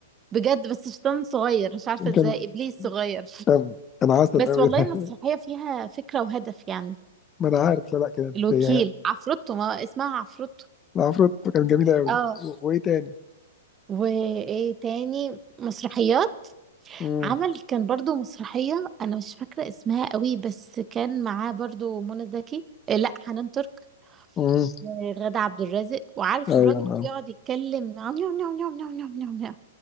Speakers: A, on the right; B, on the left.
A: بجد بس شيطان صغير مش عارفة
B: <laughs>
A: ازاي
B: كان
A: ابليس صغير
B: طب انا عسل
A: بس
B: قوي
A: والله
B: ده
A: المسرحية فيها فكرة وهدف يعني
B: ما انا عارف لا لا كانت
A: الوكيل
B: هي
A: عفروتو ما هو اسمها عفروتو
B: العفروت كانت جميله قوي
A: اه
B: و- وايه تاني
A: وايه تاني مسرحيات
B: امم
A: عمل كان برضو مسرحية انا مش فاكرة اسمها قوي بس كان معاه برضو منى زكي آه، لا حنان ترك
B: امم
A: وغادة عبد الرازق وعارف
B: ايوه
A: الراجل اللي
B: نعم
A: بيقعد يتكلم نعم نعم نعم نعم نعم نعم نعم،